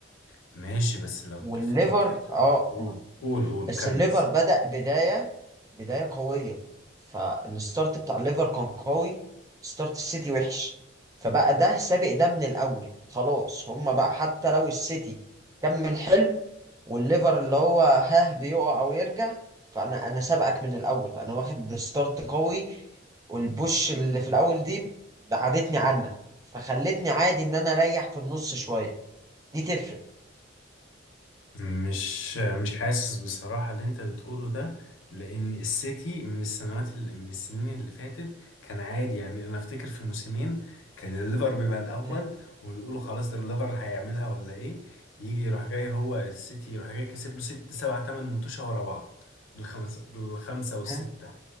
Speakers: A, on the left (about 85°); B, on the right (about 20°).
A: ماشي بس لو
B: والليفر
A: تفتكر
B: اه
A: قول قول قول
B: بس
A: كمل
B: الليفر بدأ بداية بداية قوية فالستارت بتاع الليفر كان قوي ستارت السيتي وحش فبقى ده سابق ده من الأول خلاص هما بقى حتى لو السيتي كمل حلو والليفر اللي هو هاه بيقع ويرجع فأنا أنا سابقك من الأول أنا واخد ستارت قوي والبوش اللي في الأول دي بعدتني عنك فخلتني عادي إن أنا أريح في النص شوية دي تفرق
A: مش مش حاسس بصراحة اللي انت بتقوله ده لان السيتي من السنوات اللي من السنين اللي فاتت كان عادي يعني انا افتكر في موسمين كان الليفر بيبقى الاول
B: م-
A: ونقوله خلاص ده الليفر هيعملها ولا ايه يجي يروح جاي هو السيتي يروح جاي كسب له ست سبعة تمن متوشة ورا بعض بالخمسة بالخمسة والستة
B: م-